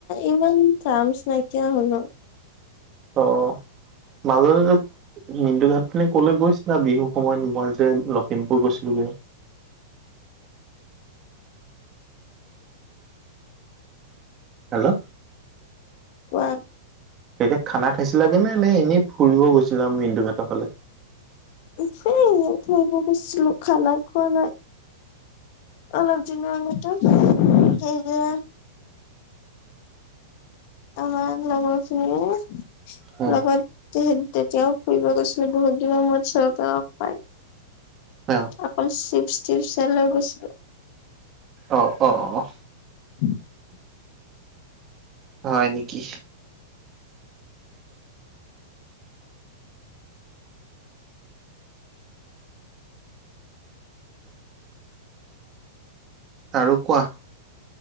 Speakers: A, on the left; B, on the right.
A: ইমান থামছ্ নাইকিয়া হ'লও।
B: অ মাজুলী দ্বীপ মিন্দু ঘাট পিনে কলৈ গৈছিলা বিহুৰ সময়ত মই যে লখিমপুৰ গৈছিলোগে। হেল্ল'।
A: কোৱা।
B: তেখেত খানা খাইছিলাগে নে নে এনেই ফুৰিব গৈছিলে আমি মিন্দু ঘাটৰ ফালে।
A: এফেই এয়া থইব গৈছিলো খানাই খোৱা নাই। অলপ দিনৰ আগতো সেই যে। আমাৰ লগৰখিনিয়ে
B: উম
A: লগত। তেহেত তেতিয়াও ফুৰিব গৈছিলে বহুত দিনৰ মূৰত চতাও লগ পায়।
B: হয় অ
A: অকল চিপ টিপ হে লৈ গৈছিলো।
B: অ, অ, অ, অ।
A: <unintelligible>
B: হয়, নেকি। আৰু কোৱা।